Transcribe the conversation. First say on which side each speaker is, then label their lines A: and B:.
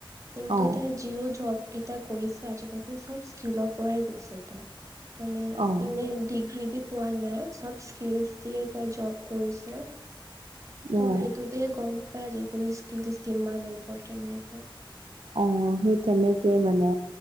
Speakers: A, on the right; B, on the right.
A: কিন্তু
B: অ
A: তাৰ জিও জব কেইটা কৰিছে আজিকালি চব স্কিলৰ পৰাই গৈছে ত মানে
B: অ
A: ইনে ডিগ্ৰী দি হোৱা নাই চব স্কিলচ দিয়ে তাই জব কৰিছে। ত
B: অ।
A: সেইটোতে গম পাই যিকোনো স্কিল কিমান ইম্পৰ্টেণ্ট হৈছে।
B: অ সেই তেনেকে মানে